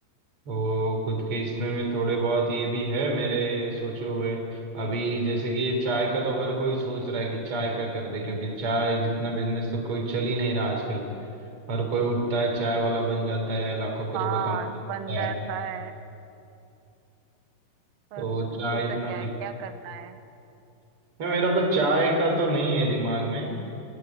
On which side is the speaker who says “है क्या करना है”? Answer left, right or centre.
Right